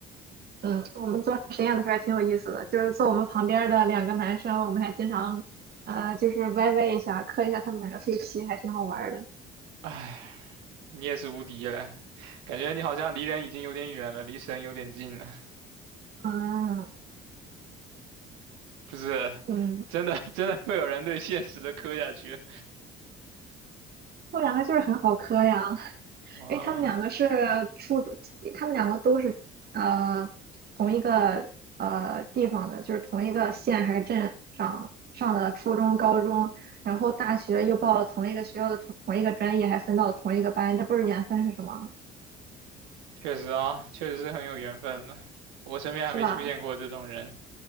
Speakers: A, on the right; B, on the right.
A: 嗯，我们做实验的时候还挺有意思的，就是坐我们旁边儿的两个男生，我们还经常，呃，就是歪歪一下，磕一下他们两个 CP，还挺好玩儿的。
B: 唉，你也是无敌了，感觉你好像离人已经有点远了，离神有点近了。
A: 嗯
B: 不是，
A: 嗯，
B: 真的 <laughs> 真的会有人对现实的磕下去。
A: 后两个就是很好磕呀。
B: <laughs> 啊。
A: 因为他们两个是初，中，他们两个都是呃同一个呃地方的，就是同一个县还是镇上上的初中、高中，然后大学又报了同一个学校的同同一个专业，还分到了同一个班，这不是缘分是什么？
B: 确实啊，确实是很有缘分的。我身边还没出现过这种人。
A: 是吧？